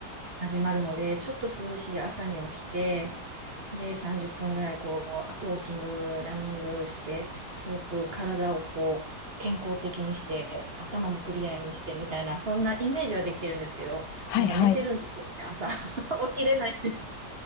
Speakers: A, on the right; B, on the left.
A: 始まるので、ちょっと涼しい朝に起きて、で、30分ぐらいこう、ウォーキング、ランニングして、すごく体をこう、健康的にして、頭もクリアにしてみたいな、そんなイメージはできてるんですけど、
B: はいはい。
A: なんか寝てるんですよね、朝。<laughs> 起きれない。